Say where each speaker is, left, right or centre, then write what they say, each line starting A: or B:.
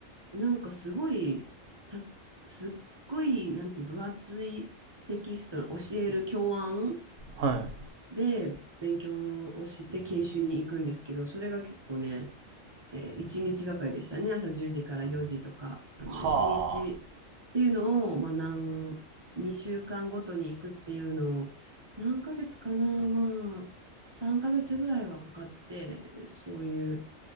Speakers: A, on the right (about 30°); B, on the right (about 80°).
A: なんかすごい、た、すっごい、なんて分厚いテキストの教える教案
B: はい。
A: で勉強をして研修に行くんですけど、それが結構ね、えー、1日がかりでしたね。朝10時から4時とか、あの1日っていうのを、
B: は
A: まあ、何、2週間ごとに行くっていうのを、何ヶ月かな、まあ、3ヶ月ぐらいはかかって、そういう